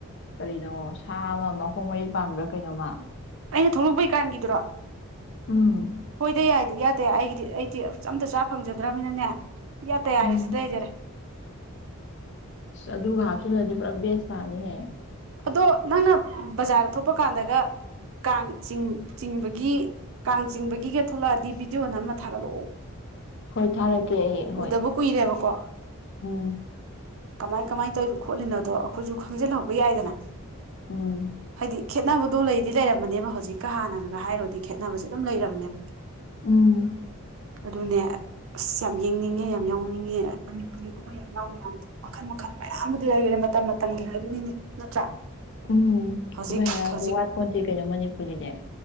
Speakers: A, on the left; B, on the right.
A: ꯀꯔꯤꯅꯣ ꯁꯥ ꯑꯃ ꯃꯈꯣꯡ ꯃꯔꯤ ꯄꯥꯟꯕ꯭ꯔꯥ ꯀꯩꯅꯣꯝꯃ
B: ꯑꯩꯅꯥ ꯊꯣꯛꯂꯛꯄꯩꯀꯥꯟꯒꯤꯗꯨꯔꯣ
A: ꯎꯝ
B: ꯍꯣꯏꯗ ꯌꯥꯏꯗ ꯏꯌꯗ ꯌꯥꯏ ꯑꯩꯒꯤꯗꯤ ꯑꯩꯗꯤ ꯑꯝꯇ ꯆꯥ ꯐꯪꯖꯗ꯭ꯔꯕꯅꯤꯅꯥꯅꯦ ꯏꯌꯥꯇꯥ ꯌꯥꯔꯦ
A: ꯎꯝ
B: ꯁꯤꯗꯥ ꯂꯩꯖꯔꯦ
A: ꯁ ꯑꯗꯨꯒ ꯍꯥꯞꯆꯤꯜꯂꯗꯤ ꯄꯨꯔꯥ ꯕꯦꯁ ꯇꯥꯅꯤꯍꯦ
B: ꯑꯗꯣ ꯅꯪꯅ ꯕꯖꯥꯔꯗ ꯊꯣꯛꯄ ꯀꯥꯟꯗꯒ ꯀꯥꯡ ꯆꯤꯡ ꯆꯤꯡꯕꯒꯤ ꯀꯥꯡ ꯆꯤꯡꯕꯒꯤꯒ ꯊꯣꯛꯂꯛꯑꯗꯤ ꯚꯤꯗꯤꯑꯣ ꯅꯝꯃꯒꯥ ꯊꯥꯒꯠꯂꯛꯑꯣ
A: ꯍꯣꯏ ꯊꯥꯔꯛ ꯀꯦꯑꯦ ꯍꯣꯏ
B: ꯎꯗꯕ ꯀꯨꯏꯔꯦꯕꯀꯣ
A: ꯎꯝ
B: ꯀꯃꯥꯏ ꯀꯃꯥꯏꯅ ꯇꯧꯔꯤꯕ ꯈꯣꯠꯂꯤꯅꯣꯗꯣ ꯑꯩꯈꯣꯏꯁꯨ ꯈꯪꯖꯤꯜꯍꯧꯕ ꯌꯥꯏꯗꯅ
A: ꯎꯝ
B: ꯍꯥꯏꯗꯤ ꯈꯦꯠꯅꯕꯗꯣ ꯂꯩꯗꯤ ꯂꯩꯔꯝꯃꯅꯦꯕ ꯍꯧꯖꯤꯛꯀ ꯍꯥꯟꯅꯒ ꯍꯥꯏꯔꯨꯔꯗꯤ ꯈꯦꯠꯅꯕꯁꯦ ꯑꯗꯨꯝ ꯂꯩꯔꯕꯅꯦꯕ
A: ꯎꯝ
B: ꯑꯗꯨꯅꯦ ꯑꯁ ꯌꯥꯝ ꯌꯦꯡꯅꯤꯡꯉꯦ ꯌꯥꯝ ꯌꯥꯎꯅꯤꯡꯉꯦ ꯃꯅꯤꯄꯨꯔꯤꯒꯨꯝꯕ ꯀꯨꯝꯍꯩ ꯍꯔꯥꯎ ꯃꯌꯥꯝꯒꯨꯝ ꯃꯈꯜ ꯃꯈꯜ ꯃꯌꯥꯝ ꯑꯃꯗꯤ ꯂꯩꯈꯔꯦ ꯃꯇꯝ ꯃꯇꯝꯒꯤ ꯍꯥꯏꯗꯨꯅꯤꯅꯦ ꯅꯠꯇ꯭ꯔꯥ
A: ꯎꯝ
B: ꯍꯧꯖꯤꯛ
A: ꯀꯨꯝꯍꯩ ꯍꯔꯥꯎꯡꯁꯦ
B: ꯍꯧꯖꯤꯛ
A: ꯋꯥꯠꯄꯣꯠꯇꯦ ꯀꯩꯅꯣ ꯃꯅꯤꯄꯨꯔꯒꯤꯗꯤ